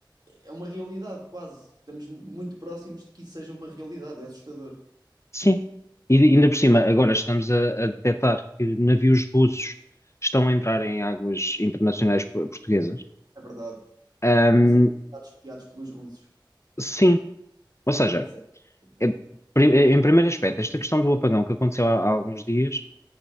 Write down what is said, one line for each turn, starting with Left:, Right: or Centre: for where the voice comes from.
Right: é uma realidade quase, estamos muito próximos de que isso seja uma realidade, é assustador.
Left: Sim. E de- ainda por cima, agora estamos a, a detectar que navios russos estão a entrar em águas internacionais po- portuguesas.
Right: É verdade.
Left: Ahm,
Right: Estamos a ser espiados pelos russos.
Left: sim, ou seja,
Right: Isso é- culpa.
Left: é- pri- é- em primeiro aspecto, esta questão do apagão que aconteceu há, há alguns dias,